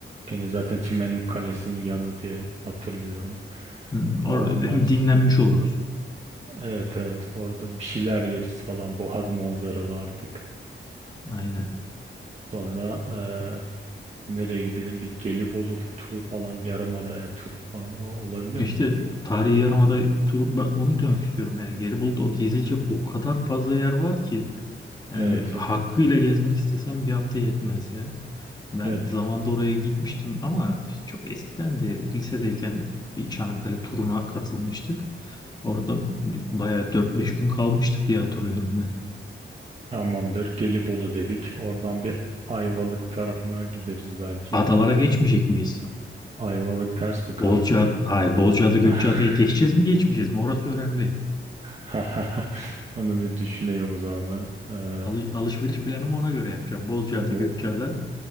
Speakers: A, on the right (about 35°); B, on the left (about 20°).
A: Gene zaten Çimenlik Kalesi'nin yanı diye hatırlıyorum.
B: Hı. Or-
A: Oradan
B: hem
A: s-
B: dinlenmiş oluruz.
A: evet evet orada bir şeyler yeriz falan Boğaz manzaralı artık.
B: Aynen.
A: Sonra eee, nereye gidelim? Bir Gelibolu turu falan Yarımada'ya turu falan o- olabilir
B: İşte
A: mi?
B: tarihi yarımada turu, ben onu demek istiyorum yani Gelibolu'da o gezilecek o kadar fazla yer var ki Yani
A: Evet
B: hakkıyla
A: evet
B: gezmek istesem bir hafta yetmez ya. Ben
A: evet
B: zamanda oraya gitmiştim ama işte çok eskiden de lisedeyken bir Çanakkale turuna katılmıştık. Orada bir- bayağı dört beş gün kalmıştık diye hatırlıyorum ben.
A: tamamdır. Gelibolu dedik. Oradan bir Ayvalık tarafına gideriz belki.
B: Adalara geçmeyecek miyiz?
A: Ayvalık ters mi kaldı?
B: Bozcaada, hayır Bozcaada Gökçeada'ya
A: <laughs>
B: geçeceğiz mi geçmeyeceğiz mi? Orası önemli.
A: <laughs> Onu bir düşüneyim o zaman ben. Ee,
B: Alış, alışveriş planımı ona göre yapacağım. Bozcaada
A: bu
B: Gökçeada.